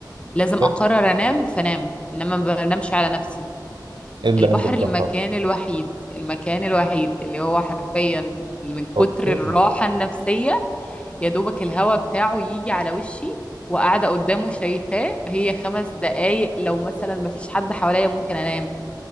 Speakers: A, on the left; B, on the right.
A: لازم
B: لا
A: اقرر انام فنام انما ما بنامش على نفسي
B: إلا
A: البحر
B: عند البحر
A: المكان الوحيد المكان الوحيد اللي هو حرفيا من كتر
B: طب حلو
A: الراحه النفسيه يا دوبك الهوا بتاعه يجي على وشي وقاعدة قدامه شايفاه هي خمس دقايق لو مثلا مفيش حد حواليا ممكن انام